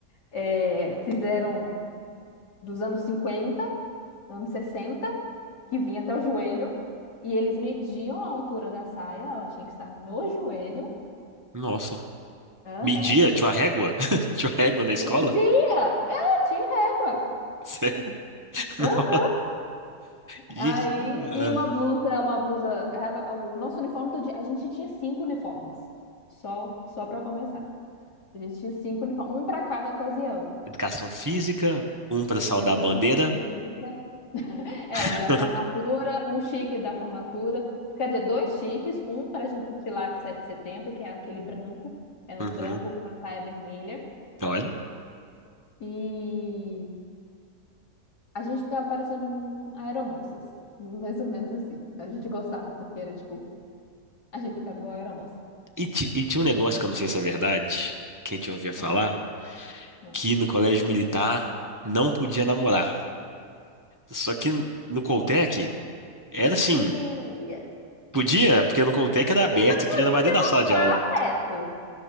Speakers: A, on the left; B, on the right.
A: é, fizeram dos anos 50, anos 60, que vinha até o joelho. E eles mediam a altura da saia, ela tinha que estar no joelho.
B: Nossa.
A: Aham.
B: Media? Tinha uma régua? <laughs> Tinha uma régua na escola?
A: Meio-dia! É, tinha régua.
B: <laughs> Sério? Nossa.
A: Aham.
B: Gente,
A: Aí,
B: ah.
A: e uma blusa, uma blusa, era o nosso uniforme todo dia, a gente tinha cinco uniformes. Só só para começar. A gente tinha cinco uniformes, um para cada ocasião.
B: Educação física, um pra saudar
A: Educação
B: a bandeira.
A: física, é,
B: <laughs>
A: o da formatura, um chique da formatura, quer dizer, dois chiques, um para a gente desfilar de 7 de setembro, que é aquele branco, é
B: Uhum.
A: um branco com uma saia vermelha,
B: Olha.
A: e A gente ficava parecendo um aeromoças. Mais ou menos assim. A gente gostava, porque era tipo, a gente ficava igual a aeromoça.
B: E, ti- e tinha um negócio que eu não sei se é verdade, que a gente ouvia falar.
A: Ah, ah.
B: que no colégio militar não podia namorar. Só que no Coltec era assim,
A: Tia,
B: podia, porque no Coltec era aberto,
A: tia, mas não
B: você
A: podia
B: podia namorar dentro
A: demonstrar
B: da sala de aula.
A: afeto.